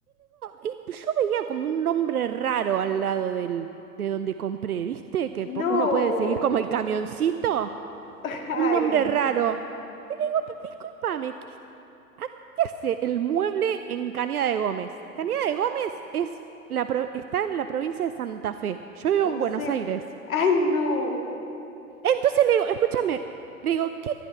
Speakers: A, on the right (about 75°); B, on the left (about 65°).
A: Y yo veía como un nombre raro al lado del, de donde compré, ¿viste? Que po-
B: No.
A: uno puede seguir como el camioncito.
B: <laughs> Ay,
A: Un nombre raro. Disculpame, discúlpame, ¿qué, qué hace el mueble en Cañada de Gómez? Cañada de Gómez es la pro- está en la provincia de Santa Fe. Yo vivo
B: o
A: en Buenos
B: sea,
A: Aires.
B: ay, no.
A: Entonces le digo, escúchame, le digo, ¿qué,